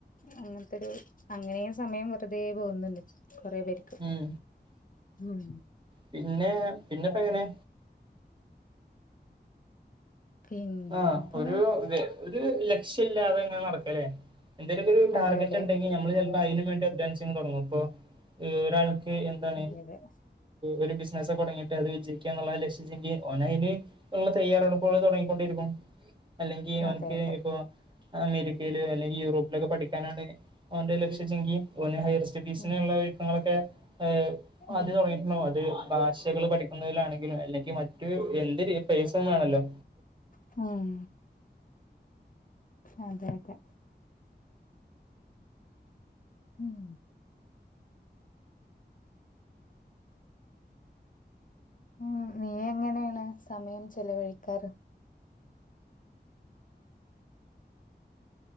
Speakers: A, on the left (about 50°); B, on the right (about 25°).
A: അങ്ങന ത്തൊരു അങ്ങനെയും സമയം വെറുതെ പോകുന്നുണ്ട്. കൊറെ പേർക്ക്
B: ഉം.....
A: ഉം
B: പിന്നെ പിന്നപ്പങ്ങനെ?
A: പിന്നെപ്പോ
B: ആഹഒരു ഒരു ലക്ഷ്യംല്ലാതെ ഇങ്ങനെ നടക്കലേ. എന്തെലൊക്കെ ഒരു ടാർഗറ്റ്
A: അതെ അതെ
B: ണ്ടെങ്കിൽ നമ്മള് ചെലപ്പോ അതിനന് വേണ്ടി ഉദ്ദേശങ്ങൾ തുടങ്ങും അപ്പോ ഒരാൾക്ക് എന്താണ്
A: അതെ അതെ
B: ഒരു ബിസിനസക്കെ തുടങ്ങിയിട്ട് അത് വിജയിക്കാന്നുള്ള ആ ലക്ഷ്യ ണ്ടകിൽ ഓന് അയിന് ഉള്ള തയ്യാറെടുപ്പുകൾ തുടങ്ങി. യിരിക്കും. അല്ലെങ്കിൽ അവനക്ക്
A: അതെ അതെ
B: ഇപ്പൊ അമേരിക്കയിലോ അല്ലെങ്കിൽ യൂറോപ്പിലൊക്കെ പഠിക്കാനാണ് അവന്റെ ലക്ഷ്യെച്ചങ്കി ഓന് ഹയ്യർ സ്റ്റഡീസിനുള്ള
A: ഉം
B: ഒരുക്കങ്ങളൊക്കെ അ ആദ്യ
A: ഉം
B: തുടങ്ങിയിട്ടുണ്ടാകും അത് ഭാഷകൾ പഠിക്കുന്നതിലാണെങ്കിലും. അല്ലെ മറ്റ് എന്ത്നും ഈ പൈസ വേണല്ലോ.
A: ഹും. അതെ അതെ. ഉം. ഉം നീയെങ്ങനെയാണ് സമയം ചെലവഴിക്കാറ്?